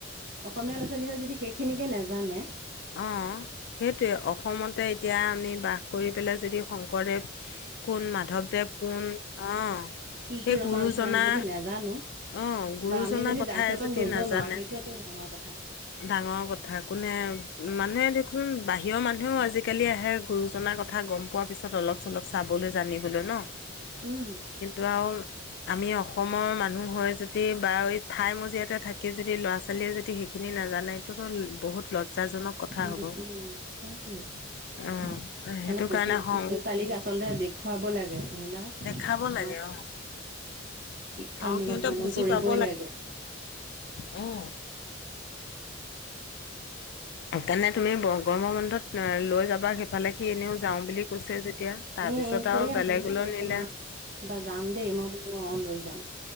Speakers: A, on the right; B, on the left.
A: অসমীয়া ল'ৰা ছোৱালী হৈ যদি সেইখিনিকে নেজানে
B: অ' সেইটোৱে। অসমতে এতিয়া আমি বাস কৰি পেলাই যদি শংকৰদেৱ কোন মাধৱদেৱ কোন অ'
A: কি
B: সেই
A: কি ৰচনা
B: গুৰুজনা
A: লিখিলে আমি যদি নেজানো
B: অ' গুৰুজনাৰ
A: বা আমি যদি
B: কথাই
A: যা সিহঁতক
B: যদি
A: নজনাও
B: নাজানে
A: সেইটোৱেতো ডাঙৰ কথা
B: ডাঙৰ কথা কোনে মানুহে দেখোন বাহিৰৰ মানুহেও আজিকালি আহে গুৰুজনাৰ কথা গম পোৱাৰ পিছত অলপ। চলপ চাবলৈ জানিবলৈ ন'।
A: উম।
B: কিন্তু আৰু আমি অসমৰ মানুহ হৈ যদি বা ঠাই মজিয়াতে থাকি যদি ল'ৰা ছোৱালীয়ে যদি হেই সিনি। সেই নাজানেটোতো বহুত লজ্জাজনক। কথা
A: উম
B: হ'ব।
A: উম সেইটোৱে। সেইকাৰণে
B: উম, সেইটো
A: প্ৰতিটো
B: কাৰণে সং
A: ল'ৰা ছোৱালীক আচলতে দেখুৱাব লাগে এইবিলাক
B: দেখাব
A: আহ।
B: লাগে অ,
A: শিক্ষামূলক
B: আৰু সিহঁতে
A: ভ্ৰমণ
B: বুজি
A: কৰিবই
B: পাব
A: লাগে।
B: উম। সেইকাৰণে তুমি গৰমৰ বন্ধত লৈ যাবা সিফালে সি এনেও যাওঁ বুলি কৈছে যেতিয়া। তাৰপিছত
A: উম উম কৈয়ে
B: আৰু বেলেগলৈ
A: আছে সি কৈ আছে
B: নিলে
A: মা এবাৰ যাম দেই মই বোলো অ লৈ যাম।